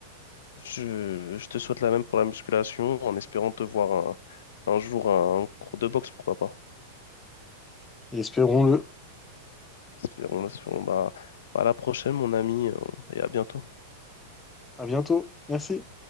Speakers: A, on the left; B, on the left.
A: je, je te souhaite la même pour la musculation en espérant te voir un, un jour à un cours de boxe, pourquoi pas.
B: Et espérons-le.
A: Espérons, espérons. Bah, à la prochaine, mon ami, euh, et à bientôt.
B: À bientôt. Merci.